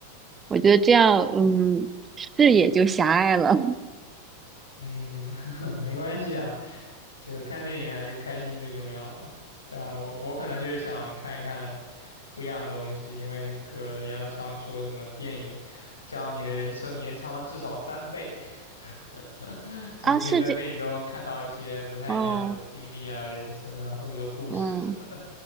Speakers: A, on the right; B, on the left.
A: 我觉得这样，嗯，视野就狭隘了。
B: 嗯，<laughs> 没关系啊。就看电影还是开心最重要嘛。但我我可能就是想看一看不一样的东西，因为那个杨德昌说什么电影将你的人生延长了至少三倍，<laughs>
A: <laughs>
B: 就是可以在电影中看到一些不太一样的经历啊、
A: 啊，是这，哦，
B: 人生啊，或者说故事什么的。
A: 嗯，